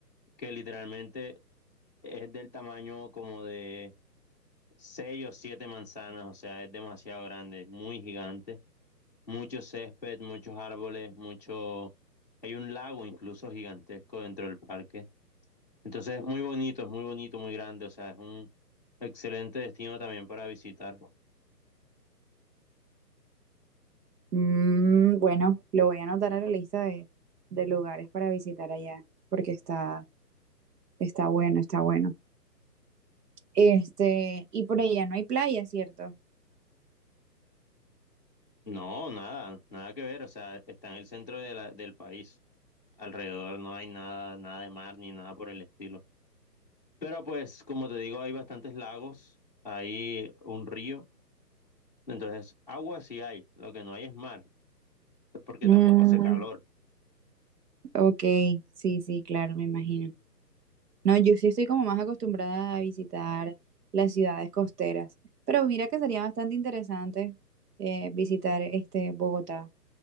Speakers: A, on the left; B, on the right.
A: que literalmente es del tamaño como de seis o siete manzanas, o sea, es demasiado grande, es muy gigante, mucho césped, muchos árboles, mucho, hay un lago incluso gigantesco dentro del parque. Entonces es muy bonito, es muy bonito, muy grande, o sea, es un excelente destino también para visitar.
B: Mm, bueno, lo voy a anotar a la lista de, de lugares para visitar allá, porque está, está bueno, está bueno. Este, y por allá no hay playa, ¿cierto?
A: No, nada, nada que ver, o sea, está en el centro de la- del país. Alrededor no hay nada, nada de mar ni nada por el estilo. Pero pues, como te digo, hay bastantes lagos, hay un río, entonces agua sí hay, lo que no hay es mar, porque
B: Mm,
A: tampoco hace calor.
B: Ok, sí, sí, claro, me imagino. No, yo sí estoy como más acostumbrada a visitar las ciudades costeras, pero mira que sería bastante interesante eh, visitar este Bogotá.